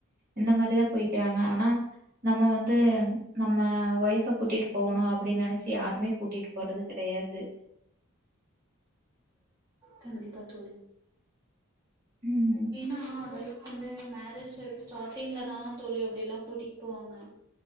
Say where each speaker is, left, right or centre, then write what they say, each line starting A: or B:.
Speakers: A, on the right (about 45°); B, on the right (about 15°).
A: இந்த மாரிதா போய்கிறாங்க
B: தோழி
A: ஆனா நம்ம வந்து நம்ம வைஃப கூட்டிட்டு போகணு அப்டின்னு நனைச்சு யாருமே கூட்டிட்டு போறது கெடையாது <inaudible>
B: கண்டிப்பா தோழி
A: ம்.
B: ஏனா அதல்லா அது மேரேஜ் லைஃப்ஸ் ஸ்டார்ட்டிங்ல தா தோழி அப்டிலா கூட்டிட்டு போவாங்க